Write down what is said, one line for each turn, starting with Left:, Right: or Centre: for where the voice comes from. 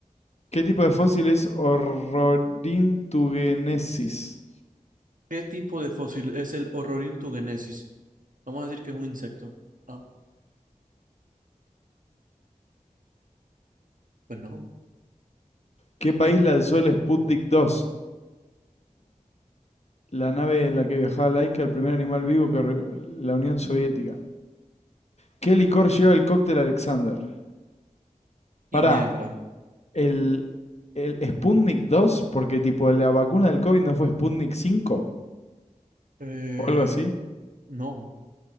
Left: ¿Qué tipo de fósil es Ororhyntugenesis?
Right: ¿Qué tipo de fósil es el Horrorintugenesis? Vamos a decir que es un insecto. Ah, pues no.
Left: ¿Qué país lanzó el Sputnik dos? La nave en la que viajaba Laika, el primer animal vivo que re- la Unión Soviética. ¿Qué licor lleva el cóctel Alexander?
Right: Ginebra.
Left: Pará, el, el Sputnik dos, porque tipo la vacuna del COVID no fue Sputnik cinco,
Right: Eh,
Left: o algo así.
Right: no.